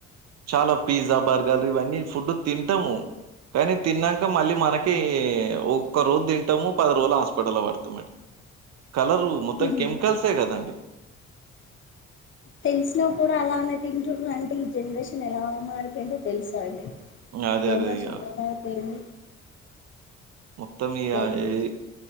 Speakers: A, on the right; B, on the left.
A: చాలా పిజ్జా బర్గర్ ఇవన్నీ ఫుడ్ తింటము కానీ తిన్నాక మళ్ళీ మనకి ఒక్క రోజు తింటము పది రోజులు హాస్పిటల్లో పడతామండి కలరు
B: మా
A: మొత్తం
B: పిల్ల-
A: కెమికల్సే గదండి
B: తెలిసినా కూడా అలానే తింటురు అంటే ఈ జనరేషన్ ఎలా మారిపోయెందో తెలుసా అండి
A: అదే.
B: జనరేషన్
A: అదే. ఇగ
B: ఏలా మారిపోయింది
A: మొత్తమ్
B: అట్లా
A: ఇగా
B: అయిపోవచ్చు
A: ఏఐ